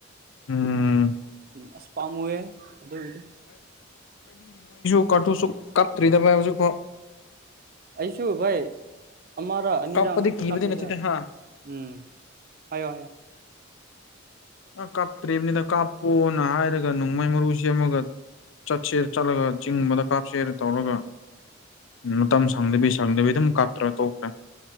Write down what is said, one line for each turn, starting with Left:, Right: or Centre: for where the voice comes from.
Left: ꯎꯝ
Right: ꯎ ꯑꯁꯄꯥꯥꯝꯨꯦ ꯑꯗꯨ ꯑꯣꯏꯗꯤ
Left: ꯀꯨꯁꯨ ꯀꯞꯇ꯭ꯔꯤꯗ ꯍꯧꯖꯤꯛ ꯐ
Right: ꯑꯩꯁꯨ ꯚꯥꯏ ꯑꯃꯔꯥ ꯑꯅꯤꯔꯥ
Left: ꯀꯥꯞꯄꯗꯤ
Right: ꯉꯥꯛꯇ
Left: ꯀꯤꯕꯗꯤ
Right: ꯀꯥꯞꯂꯤꯗ
Left: ꯅꯠꯇꯦꯗ ꯍꯥ
Right: ꯎꯝ ꯍꯥꯏꯣ ꯍꯥꯏꯣ
Left: ꯑ ꯀꯥꯞꯇ꯭ꯔꯤꯕꯅꯤꯗ ꯀꯥꯞꯄꯣꯅ ꯍꯥꯏꯔꯒ ꯅꯣꯡꯃꯥꯏ ꯃꯔꯨ ꯁꯦꯝꯃꯒ ꯆꯠꯁꯦꯔ ꯆꯠꯂꯒ ꯆꯤꯡꯒꯨꯝꯕꯗ ꯀꯥꯞꯁꯦꯔ ꯇꯧꯔꯒ ꯃꯇꯝ ꯁꯪꯗꯕꯤ ꯁꯪꯗꯕꯤ ꯑꯗꯨꯝ ꯀꯠꯇ꯭ꯔꯥ ꯇꯣꯛꯈ꯭ꯔꯦ